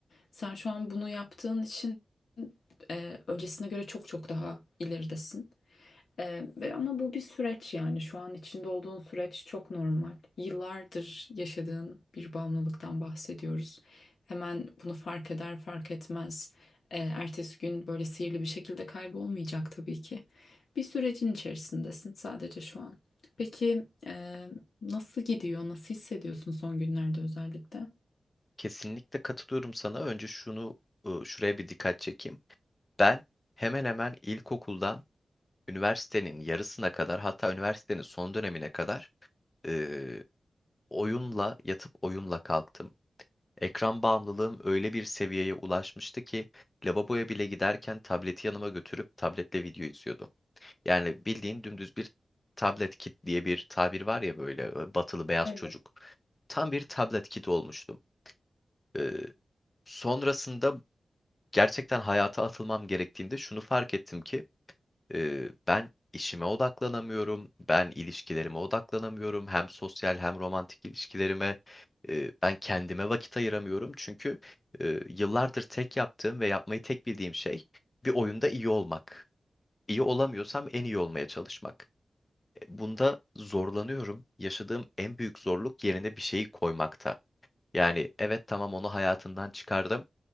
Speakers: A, on the left; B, on the left.
A: Sen şu an bunu yaptığın için e, öncesine göre çok çok daha ileridesin. Ee, ve- ama bu bir süreç yani şu an içinde olduğun süreç çok normal. Yıllardır yaşadığın bir bağımlılıktan bahsediyoruz. Hemen bunu fark eder fark etmez. Ee, ertesi gün böyle sihirli bir şekilde kaybolmayacak tabii ki. Bir sürecin içerisindesin sadece şu an. Peki e, nasıl gidiyor? Nasıl hissediyorsun son günlerde özellikle?
B: Kesinlikle katılıyorum sana. Önce şunu e, şuraya bir dikkat çekeyim. Ben hemen hemen ilkokuldan üniversitenin yarısına kadar hatta üniversitenin son dönemine kadar e, oyunla yatıp oyunla kalktım. Ekran bağımlılığım öyle bir seviyeye ulaşmıştı ki lavaboya bile giderken tableti yanıma götürüp tabletle video izliyordum. Yani bildiğin dümdüz bir tablet kit diye bir tabir var ya böyle e, batılı beyaz
A: Evet.
B: çocuk. Tam bir tablet kit olmuştum. Ee, sonrasında gerçekten hayata atılmam gerektiğinde şunu fark ettim ki e, ben işime odaklanamıyorum, ben ilişkilerime odaklanamıyorum, hem sosyal hem romantik ilişkilerime e, ben kendime vakit ayıramıyorum çünkü e, yıllardır tek yaptığım ve yapmayı tek bildiğim şey bir oyunda iyi olmak. İyi olamıyorsam en iyi olmaya çalışmak. E, Bunda zorlanıyorum. Yaşadığım en büyük zorluk yerine bir şeyi koymakta. Yani evet tamam onu hayatından çıkardım.